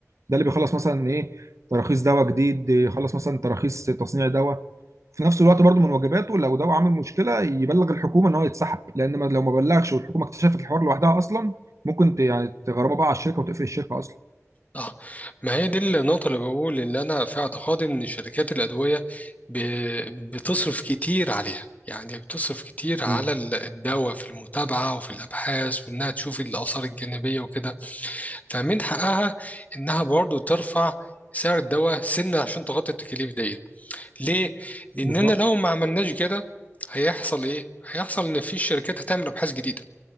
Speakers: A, on the right; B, on the left.
A: ده اللي بيخلص مثلا ايه تراخيص دواء جديد يخلص مثلا تراخيص تصنيع دواء في نفس الوقت برضو من واجباته لو ده عامل مشكله يبلغ الحكومه ان هو يتسحب لان ما لو ما بلغش والحكومه اكتشفت الحوار لوحدها اصلا ممكن ت- يعني تغرمه بقى على الشركه وتقفل الشركه اصلا
B: اه ما هي دي النقطه اللي بقول اللي انا في اعتقادي ان شركات الادويه ب... بتصرف كتير عليها يعني بتصرف كتير على
A: مم.
B: ال- الدواء في المتابعة وفي الأبحاث وإنها تشوف الآثار الجانبية وكده فمن حقها إنها برضو ترفع سعر الدواء سنة عشان تغطي التكاليف ديت ليه؟ لأننا
A: بالظبط
B: لو ما عملناش كده هيحصل إيه؟ هيحصل إن في شركات هتعمل أبحاث جديدة